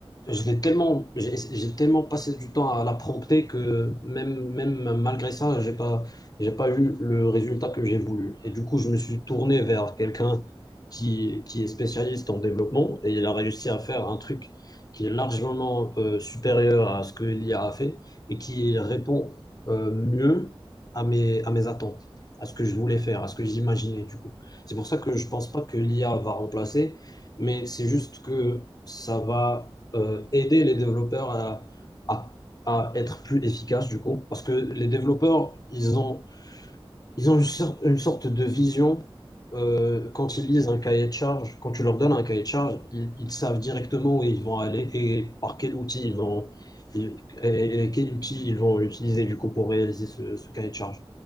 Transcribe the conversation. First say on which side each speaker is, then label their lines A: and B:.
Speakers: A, on the left; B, on the right.
A: je l'ai tellement j'ai j'ai tellement passé du temps à la prompter que même même malgré ça j'ai pas j'ai pas eu le résultat que j'ai voulu
B: oui,
A: et du coup je me suis tourné vers quelqu'un qui qui est spécialiste en développement et il a réussi à faire un truc qui est largement euh, supérieur à ce que l'IA a a fait et qui répond euh, mieux à mes à mes attentes à ce que je voulais
B: d'accord,
A: faire à ce que j'imaginais du coup c'est pour ça que
B: oui.
A: je pense pas que l'IA va remplacer mais c'est juste que ça va euh, aider les développeurs à, à, à être plus efficaces du coup, parce que les développeurs, ils ont, ils ont une sorte, une sorte de vision euh,
B: Mm.
A: quand ils lisent un cahier de charge, quand tu leur donnes un cahier de charge, ils, ils savent directement où ils vont aller et par quel outil ils vont, et, et quel outil ils vont utiliser du coup pour réaliser ce, ce cahier de charge.